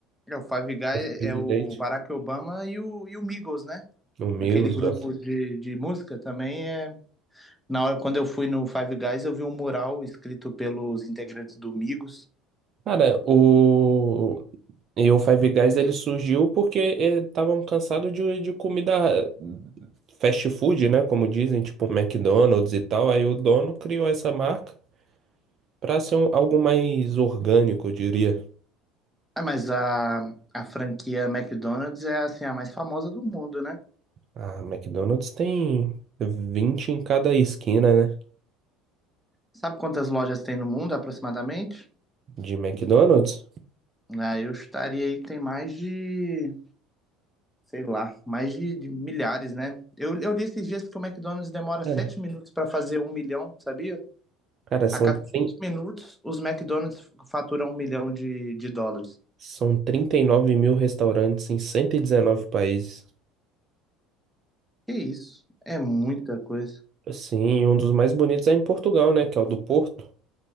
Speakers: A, in the centre; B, on the right.
A: É, o Five Guys
B: esse presidente.
A: é o Barack Obama e o, e o Migos, né?
B: O Milos,
A: Aquele grupo
B: gosta.
A: de, de música também é. Na hora, quando eu fui no Five Guys, eu vi um mural escrito pelos integrantes do Migos.
B: Cara, o E o Five Guys ele surgiu porque estavam cansados de, de comida fast food, né? Como dizem, tipo McDonald's e tal. Aí o dono criou essa marca para ser um- algo mais orgânico, eu diria.
A: Ah, mas a, a franquia McDonald's é assim a mais famosa do mundo, né?
B: A McDonald's tem 20 em cada esquina, né?
A: Sabe quantas lojas tem no mundo aproximadamente?
B: De McDonald's.
A: Ah, eu estaria aí que tem mais de sei lá, mais de, de milhares, né? Eu, eu li esses dias que o McDonald's demora
B: Cara,
A: sete minutos para fazer um milhão, sabia?
B: cara, são,
A: A cada
B: trin-
A: sete minutos, os McDonald's faturam um milhão de, de dólares.
B: são 39 mil restaurantes em 119 países.
A: Que isso? É muita coisa.
B: sim um dos mais bonitos é em Portugal, né? Que é o do Porto.